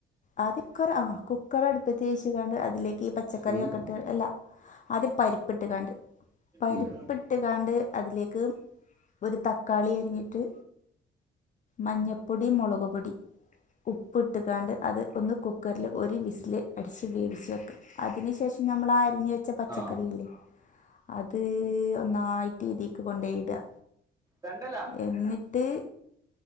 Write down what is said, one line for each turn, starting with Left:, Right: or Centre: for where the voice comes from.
Left: അത് കുക്കർ ആഹ് കുക്കറെ അടുപ്പത് വെച്ച്കാണ്ട് അതിലേക്ക് ഈ പച്ചക്കറിയൊക്കെ
Right: ഉം.
Left: ഇട്ട് അല്ല ആദ്യ പരിപ്പ്ട്ട് കാണ്ട് പരിപ്പിട്ടുകാണ്ട്
Right: ഉം.
Left: അതിലേക്ക് ഒരു തക് ക്കാളിയരിഞ്ഞിട്ട് മഞ്ഞപ്പൊടി മൊളകുപൊടി ഉപ്പിട്ട്കാണ്ട് അത് ഒന്ന് കുക്കറില് ഒരു വിസില് അടിച്ച് വേവിച്ച് വെക്കാ അതിനുശേഷം ഞമ്മളാ അരിഞ്ഞുവെച്ച പച്ചക്കറി
Right: ആ
Left: ല്ലെ അത് ഒന്നായിട്ടിതീക്ക് കൊണ്ടോയിടാ
Right: രണ്ടല്ലാ
Left: എന്നിട്ട്